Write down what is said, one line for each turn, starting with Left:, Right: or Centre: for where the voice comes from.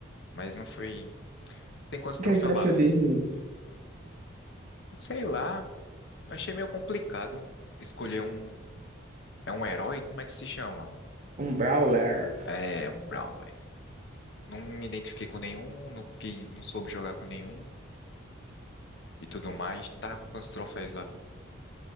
Left: Mas não foi. Tem quantos troféus
Right: que é que tu acha
Left: lá?
Right: de ruim?
Left: Sei lá. Achei meio complicado escolher um. É um herói? Como é que se chama?
Right: Um Brawler.
Left: É um Brawler. Não me identifiquei com nenhum, não fiquei, não soube jogar com nenhum e tudo mais. Tava com quantos troféus lá?